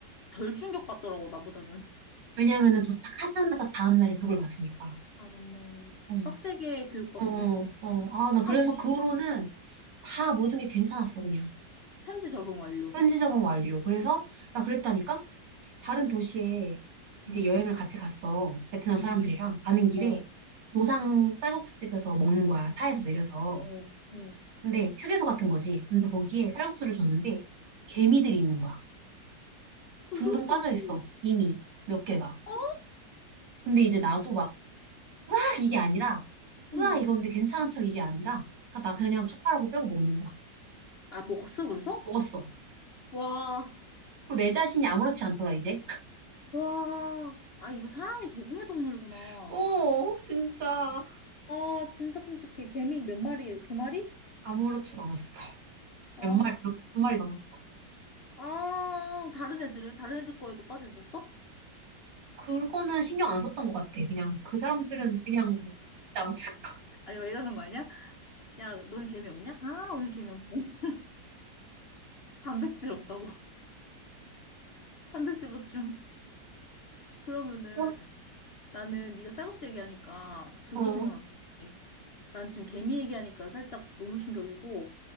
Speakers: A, on the left; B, on the right.
A: 덜 충격받더라고, 나보다는.
B: 왜냐면은 도착하자마자 다음날에 그걸 봤으니까.
A: 아, 맞네.
B: 어,
A: 빡세게 교육받았네.
B: 어,
A: 저,
B: 어. 아,
A: <laughs>
B: 나 그래서 그 후로는 다 모든 게 괜찮았어, 그냥.
A: 현지 적응 완료.
B: 현지 적응 완료. 그래서 나 그랬다니까? 다른 도시에 이제
A: 응,
B: 여행을 같이 갔어. 베트남
A: 응,
B: 사람들이랑 가는 길에
A: 어, 어,
B: 노상 쌀국수집에서 먹는 거야. 차에서 내려서.
A: 어, 어. 어,
B: 근데 휴게소 같은 거지. 근데 거기에 쌀국수를 줬는데 개미들이 있는 거야.
A: 그건
B: 둥둥 빠져
A: 또 무슨,
B: 있어.
A: 일이야?
B: 이미 몇 개가.
A: 어?
B: 근데 이제 나도 막 으악 이게 아니라
A: 어.
B: 으아 이건데 괜찮은 척 이게 아니라 아, 나 그냥 숟가락으로 빼고 먹는 거야.
A: 아, 먹었어, 그래서?
B: 먹었어.
A: 와.
B: 그리고 내 자신이 아무렇지 않더라 이제.
A: 와, 아, 이거 사람이 적응의 동물이구나.
B: <laughs> 어, 진짜.
A: 아, 진짜 끔찍해. 개미 몇 마리? 두 마리?
B: 아무렇지도 않았어.
A: 아,
B: 몇 마리, 몇, 두 마리 넘었어.
A: 아, 다른 애들은? 다른 애들 거에도 빠져 있었어?
B: 그거는 신경 안 썼던 것 같아. 그냥 그 사람들은 그냥 먹지 않았을까.
A: 아니, 막 이러는 거 아니야? 야, 너는 개미 없냐? 아, 오늘 개미 없네. <laughs> 단백질 없다고. <laughs> 단백질 보충. 그러면은
B: 그럼?
A: 나는 네가 쌀국수 얘기하니까 그거
B: 어,
A: 생각났던 게. 난 지금 개미 얘기하니까 살짝 너무 충격이고